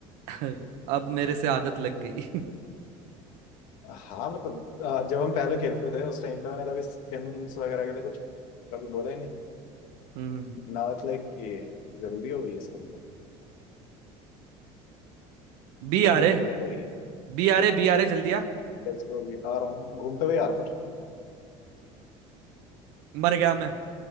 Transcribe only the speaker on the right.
<laughs> अब मेरे से आदत लग गई <laughs>
हम्म
बी
आ
रहे
बी आ रहे बी आ रहे जल्दी आ
मर गया मैं